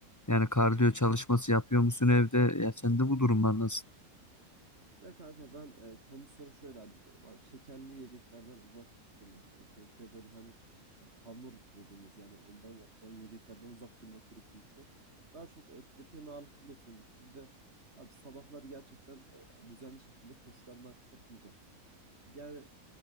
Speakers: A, on the left; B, on the right.
A: Yani kardiyo çalışması yapıyor musun evde? Ya sende bu durumlar
B: Hı hı.
A: nasıl?
B: Ya kanka ben e, kondisyonu şöyle hallediyorum abi. Şekerli yiyeceklerden uzak durmak gerekiyor. Bir de böyle hani e, hamur dediğimiz yani ondan yapılan yiyeceklerden uzak durmak gerektiğini düşünüyorum. Daha çok e, protein ağırlıklı besleneceksin. Bir de abi sabahları gerçekten e, düzenli şekilde koşularından kısaltmayacaksın. Yani